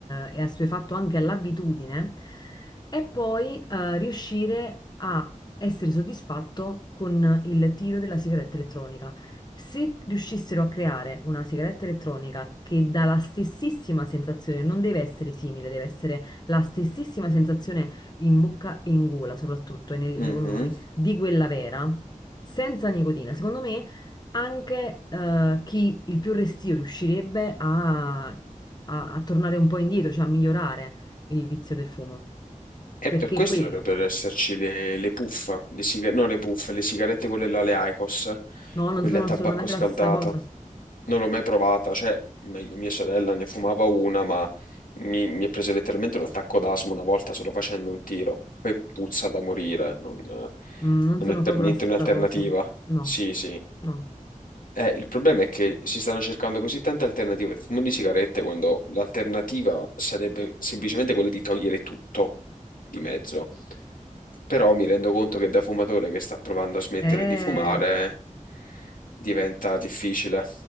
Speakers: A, on the left (about 30°); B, on the left (about 85°).
A: è assuefatto anche all'abitudine è poi eh, riuscire a essere soddisfatto con il tiro della sigaretta elettronica. Se riuscissero a creare una sigaretta elettronica che dà la stessissima sensazione, non deve essere simile, deve essere la stessissima sensazione in bocca e in gola, soprattutto e nei,
B: Mhm.
A: nei polmoni, di quella vera, senza nicotina, secondo me anche eh, chi il più restio riuscirebbe a, a- a tornare un po' indietro, cioè a migliorare il vizio del fumo.
B: E
A: Perché
B: per questo
A: è quello.
B: dovrebbero esserci le, le puff, le siga- no le puff, le sigarette quelle là, le IQOS,
A: No, non
B: quelle
A: sono
B: a tabacco
A: assolutamente
B: scaldato.
A: la stessa cosa.
B: Non l'ho mai provata, cioè, meglio, mia sorella ne fumava una, ma Mi, mi è preso letteralmente un attacco d'asma una volta solo facendo un tiro. Poi puzza da morire, non,
A: Mm, non
B: non
A: sono
B: è per
A: proprio
B: niente
A: la stessa
B: un'alternativa.
A: cosa. No,
B: Sì, sì.
A: no.
B: Eh, il problema è che si stanno cercando così tante alternative al fumo di sigarette quando l'alternativa sarebbe semplicemente quella di togliere tutto di mezzo. Però mi rendo conto che da fumatore che sta provando a smettere
A: È...
B: di fumare diventa difficile